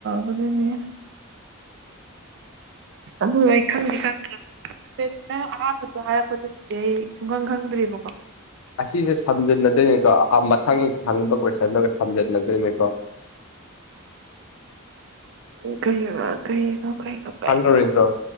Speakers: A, on the right (about 55°); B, on the left (about 75°).
A: ꯑꯗꯨꯅꯦ ꯑꯗꯨ ꯑꯩ ꯈꯪꯗꯤꯦ ꯈꯪꯗ꯭ꯔꯕ ꯑꯦ ꯅꯪ ꯑꯍꯥꯟꯕꯗ ꯍꯥꯏꯔꯛꯄꯗꯨꯕꯨꯗꯤ ꯑꯩ ꯁꯨꯡꯈꯪ ꯈꯪꯗ꯭ꯔꯤꯕꯀꯣ
B: ꯑꯁꯤꯁꯦ ꯁꯝꯖꯤꯟꯅꯗꯣꯏꯅꯤꯀꯣ ꯃꯊꯪ ꯍꯪꯕ ꯀꯣꯏꯁꯟꯗꯨꯒ ꯁꯝꯖꯤꯟꯅꯗꯣꯏꯅꯤꯀꯣ
A: <unintelligible> ꯎ ꯀꯩꯅꯅꯣ ꯀꯩꯅꯣ ꯀꯩꯅꯣ ꯀꯩꯅꯣ
B: ꯈꯪꯉꯔꯣꯏꯗ꯭ꯔꯣ